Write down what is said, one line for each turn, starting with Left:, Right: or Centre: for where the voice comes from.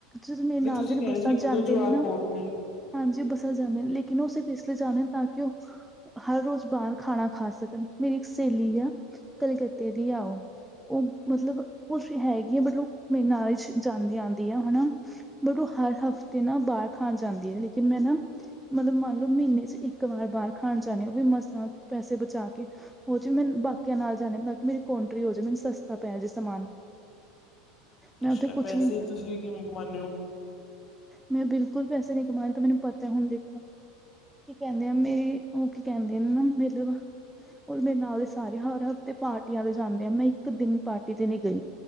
Centre: ਜਦ ਮੇਰੇ
Left: ਨਹੀਂ
Centre: ਨਾਲ
Left: ਤੁਸੀਂ
Centre: ਜਿਹੜੇ
Left: ਕਹਿ
Centre: ਬੱਸਾਂ
Left: ਰਹੇ ਸੀ ਇੱਕ
Centre: ਚ ਆਦੇ
Left: ਦੋ ਜਵਾਕ
Centre: ਨੇ ਨਾ।
Left: ਹੋਰ ਨੇ
Centre: ਹਾਂਜੀ ਉਹ ਬਸਾਂ ਵਿੱਚ ਜਾਂਦੇ ਨੇ। ਲੇਕਿਨ ਉਹ ਸਿਰਫ ਇਸ ਲਈ ਜਾਂਦੇ ਨੇ ਤਾਂ ਕਿ ਉਹ। ਹਰ ਰੋਜ਼ ਬਾਹਰ ਖਾਣਾ ਖਾ ਸਕਣ। ਮੇਰੀ ਇੱਕ ਸਹੇਲੀ ਆ ਕਲਕੱਤੇ ਦੀ ਆ ਉਹ। ਉਹ ਮਤਲਬ ਕੁਛ ਹੈਗੀ ਆ ਬਟ ਉਹ ਮੇਰੇ ਨਾਲ ਜਾਂਦੀ ਆਉਂਦੀ ਆ। ਹਨਾ ਬਟ ਉਹ ਹਰ ਹਫ਼ਤੇ ਨਾ ਬਾਹਰ ਖਾਣ ਜਾਂਦੀ ਹੈ ਲੇਕਿਨ ਮੈਂ ਨਾ। ਮਤਲਬ ਮੰਨ ਲਓ ਮਹੀਨੇ ਚ ਇੱਕ ਵਾਰ ਬਾਹਰ ਖਾਣ ਜਾਂਦੇ ਹਾਂ। ਉਹ ਵੀ ਮਸਾ ਪੈਸੇ ਬਚਾ ਕੇ ਉਹਦੇ ਵਿੱਚ ਵੀ ਮੈਨੂੰ ਬਾਕੀਆਂ ਨਾਲ ਜਾਣੇ ਤਾਂ ਕਿ ਮੇਰੀ ਕੋਂਂਟਰੀ ਹੋ ਜਾਵੇ। ਮੈਨੂੰ ਸਸ ਤਾਂ ਪੈ ਜੇ ਸਮਾਨ ਮੈਂ
Left: ਅੱਛਾ
Centre: ਉੱਥੇ ਕੁਛ
Left: ਪੈਸੇ
Centre: ਵੀ
Left: ਤੁਸੀ ਕਿਵੇਂ ਕਮਾਂਨੇ ਹੋ।
Centre: ਮੈਂ ਬਿਲਕੁਲ ਪੈਸੇ ਨਹੀ ਕਮਾਨੇ ਤਾਂ ਮੈਨੂੰ ਪਤਾ ਹੁਣ ਦੇਖੋ। ਕੀ ਕਹਿੰਦੇ ਆ ਮੇਰੀ ਉਹ ਕੀ ਕਹਿੰਦੇ ਨਾ ਮਤਲਬ ਬ ਮੇਰੇ ਨਾਲ ਦੇ ਸਾਰੇ ਹਰ ਹਫ਼ਤੇ ਪਾਰਟੀਆਂ ਦੇ ਜਾਂਦੇ ਆ ਮੈਂ ਇੱਕ ਦਿਨ ਪਾਰਟੀ ਤੇ ਨੀ ਗਈ